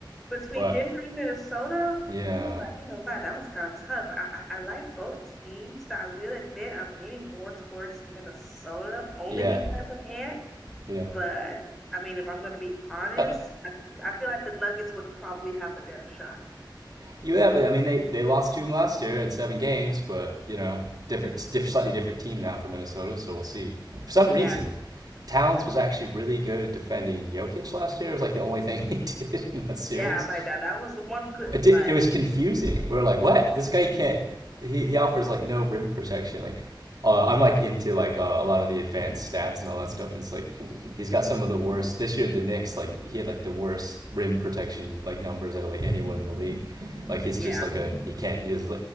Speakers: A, in the centre; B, on the right.
A: Between
B: but
A: Denver and Minnesota,
B: yeah,
A: ooh, like, I ain't gonna lie, that was kind of tough. I, I, I like both teams. I will admit I'm leaning more towards Minnesota only
B: yeah,
A: because of Ant.
B: yeah.
A: But I mean, if I'm going to be honest,
B: Uh,
A: I, I feel like the Nuggets would probably have the better shot.
B: Yeah, but I mean, they, they lost to him last year in seven games, but you know, different, diff- slightly different team now from Minnesota. So we'll see. For some reason,
A: Yeah,
B: Towns was actually really good at defending Jokic last year. It was like the only thing <laughs> he did in that series
A: yeah, I'm like that. That was the one good,
B: it,
A: like,
B: did, it was confusing. We were like, what? This guy can't. He, he offers like no rim protection. Like, uh, I'm like into like uh, a lot of the advanced stats and all that stuff. And it's like he's got some of the worst this year. The Knicks like he had like the worst rim protection like numbers out of like anyone in the league. Like he's
A: yeah.
B: just like a he can't his